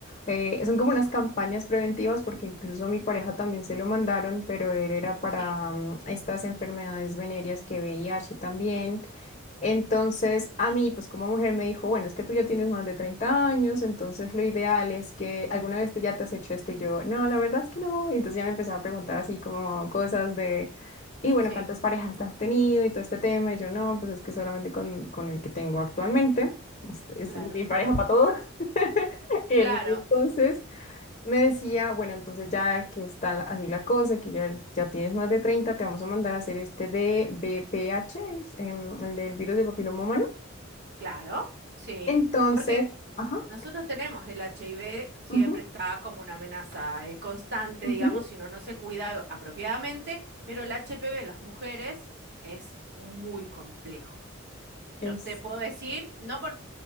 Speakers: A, on the left (about 35°); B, on the right (about 55°).
A: eh, son como unas campañas preventivas porque incluso a mi pareja también se lo mandaron, pero él era para
B: sí,
A: mm, estas enfermedades venéreas que VIH también. Entonces, a mí, pues como mujer, me dijo, bueno, es que tú ya tienes más de 30 años, entonces lo ideal es que alguna vez te, ya te has hecho esto y yo, no, la verdad es que no. Y entonces ya me empezaba a preguntar así como cosas de, y bueno,
B: sí.
A: ¿cuántas parejas has tenido y todo este tema? Y yo, no, pues es que solamente con, con el que tengo actualmente, es, es
B: Claro.
A: mi pareja para todo. <laughs> Y
B: Claro,
A: el- entonces, me decía, bueno, entonces ya que está la- así la cosa, que ya, ya tienes más de treinta te vamos a mandar a hacer este de VPH, es, em, el del virus de papiloma humano.
B: claro, sí.
A: Entonces,
B: Porque
A: ajá,
B: nosotros tenemos el HIV, siempre
A: ujú,
B: está como una amenaza eh, constante,
A: ujú,
B: digamos, si uno no se cuida apropiadamente, pero el HPV en las mujeres es muy complejo.
A: es,
B: Yo te puedo decir, no por,